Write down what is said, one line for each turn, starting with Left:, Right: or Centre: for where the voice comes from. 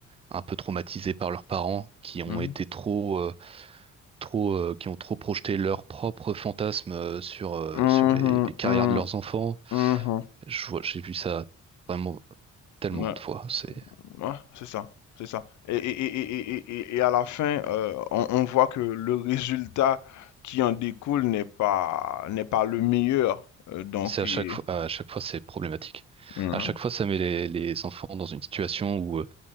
Right: un peu traumatisés par leurs parents, qui ont
Left: Mhm.
Right: été trop euh, trop euh, qui ont trop projeté leurs propres fantasmes euh, sur euh,
Left: Mhm,
Right: sur les, les carrières
Left: mhm,
Right: de leurs enfants.
Left: mhm.
Right: Je vois- j'ai vu ça vraiment tellement
Left: Ouais.
Right: de fois. C'est,
Left: Ouais, c'est ça, c'est ça. Et, et, et, et, et, et et à la fin, euh, on, on voit que le résultat qui en découle n'est pas, n'est pas le meilleur. Euh, donc,
Right: c'est à
Left: et-
Right: chaque fois, à chaque fois, c'est problématique.
Left: Mhm.
Right: À chaque fois, ça met les, les enfants dans une situation où euh,